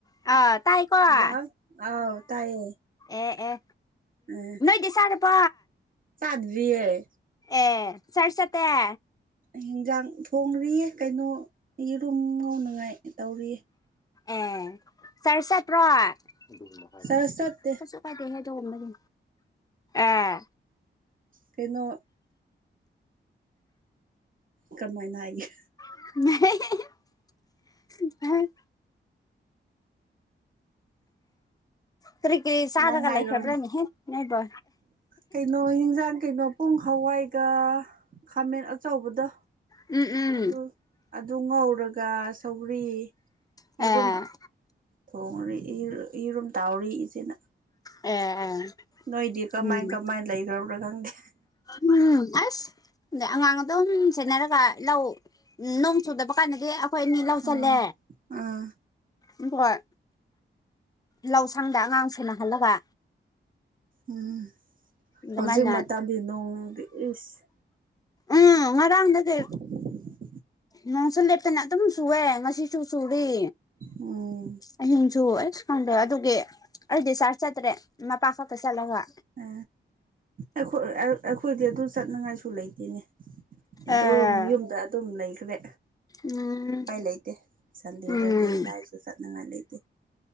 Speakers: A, on the left; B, on the right.
A: ꯑꯥ ꯇꯥꯏꯀꯣ ꯑꯥ
B: ꯍꯜꯂꫭ ꯑꯥꯎ ꯇꯥꯏꯌꯦ
A: ꯑꯦ ꯑꯦ
B: ꯎꯝ
A: ꯗꯤꯆꯥꯔꯄꯣ
B: ꯆꯥꯗ꯭ꯤꯔꯌꯦ
A: ꯑꯦ ꯁꯔ ꯁꯇꯌꯥ
B: ꯍꯤꯟꯖꯥꯡ ꯊꯣꯡꯔꯤꯌꯦ ꯀꯩꯅꯣ ꯌꯦꯔꯨꯝ ꯉꯧꯅꯉꯥꯏ ꯇꯧꯔꯤꯌꯦ
A: ꯑꯦ ꯆꯔꯠ ꯆꯠ꯭ꯄꯔꫭ
B: ꯆꯔꯁ ꯆꯠꯇꯦ
A: ꯄꯥꯏꯗ ꯍꯥꯏꯗꯣꯝꯕꯗꯤ ꯑꯦ
B: ꯀꯩꯅꯣ ꯀꯃꯥꯏꯅ ꯍꯥꯏꯒꯦ
A: <unintelligible> ꯍꯨꯝ ꯍꯩ ꯀꯔꯤ ꯀꯔꯤ ꯆꯥꯔꯒ
B: ꯅꯪ ꯍꯥꯏꯔꯣꯅꯦ
A: ꯂꯩꯈ꯭ꯔꯕ꯭ꯔꯥꯅꯤ ꯍꯦ ꯅꯣꯏꯕꯨ
B: ꯀꯩꯅꯣ ꯍꯟꯖꯥꯡ ꯀꯩꯅꯣ ꯄꯨꯡ ꯍꯋꯥꯏꯒ ꯈꯥꯃꯦꯟ ꯑꯆꯧꯕꯗ
A: ꯎꯝ ꯎꯝ
B: ꯑꯗꯨ ꯑꯗꯨ ꯉꯧꯔꯒ ꯁꯧꯒꯔꯤ
A: ꯑꯦ
B: ꯌꯦꯔꯨꯝ ꯊꯣꯡꯉꯤ ꯌ°ꯔꯨꯝ ꯇꯥꯎꯔꯤ ꯏꯆꯦꯅ
A: ꯑꯦ ꯑꯦ
B: ꯅꯣꯏꯗꯤ ꯀꯃꯥꯏꯅ
A: ꯎꯝ
B: ꯀꯃꯥꯏꯅ ꯂꯩꯈ꯭ꯔꯕ꯭ꯔꯥ ꯈꯪꯗꯦ
A: ꯎꯝ ꯑꯁ ꯑꯗ ꯑꯉꯥꯡ ꯑꯗꯨꯝ ꯁꯦꯟꯅꯔꯒ ꯂꯧ ꯎꯝꯝ ꯅꯣꯡ ꯆꯨꯗꯕ ꯀꯥꯟꯗꯗꯤ ꯑꯩꯈꯣꯏ ꯑꯅꯤ ꯂꯧꯗ ꯈꯜꯂꯦ
B: ꯎꯝ ꯎꯝ
A: ꯎꯝ ꯍꯣꯏ ꯂꯧ ꯁꯪꯗ ꯑꯉꯥꯡ ꯁꯦꯅꯍꯜꯂꯒꯥ
B: ꯎꯝ
A: ꯑꯗꯨꯃꯥꯏꯅ
B: ꯍꯧꯖꯤꯛ ꯃꯇꯝꯗꯤ ꯅꯣꯡꯗꯤ ꯏꯁ
A: ꯎꯝ ꯉꯔꯝꯗꯒꯤ
B: <inaudible>
A: ꯅꯣꯡꯁꯨ ꯂꯦꯞꯇꯅ ꯑꯗꯨꯝ ꯁꯨꯑꯦ ꯉꯁꯤꯁꯨ ꯆꯨꯔꯤ
B: ꯎꯝ
A: ꯑꯍꯤꯡꯁꯨꯀꯗ ꯑꯗꯨꯒꯤ ꯑꯩꯗꯤ ꯆꯔ ꯆꯠꯇ꯭ꯔꯦ ꯃꯄꯥ ꯈꯛꯇ ꯆꯠꯂꯒ
B: ꯎ ꯑꯩꯈꯣꯏ ꯑꯩꯈꯣꯏꯗꯤ ꯑꯗꯨ ꯆꯠꯅꯉꯥꯏꯁꯨ ꯂꯩꯇꯦꯅꯦ ꯑꯗꯣ
A: ꯑꯦ
B: ꯌꯨꯝꯗ ꯑꯗꯨꯝ ꯂꯩꯈ꯭ꯔꯦ
A: ꯎꯝ
B: ꯎꯄꯏ ꯂꯩꯇꯦ ꯁꯟꯗꯦꯗꯗꯤ
A: ꯎꯝ
B: ꯀꯥꯏꯁꯨ ꯆꯠꯅꯤꯡꯉꯥꯏ ꯂꯩꯇꯦ